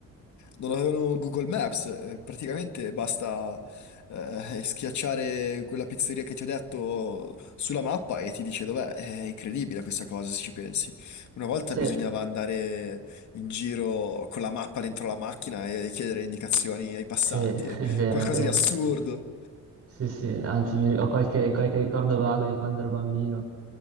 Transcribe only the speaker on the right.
Se-
Sì, <laughs>
è vero,
è vero.
Sì, sì, anzi mi- ho qualche, qualche ricordo vago di quando ero bambino,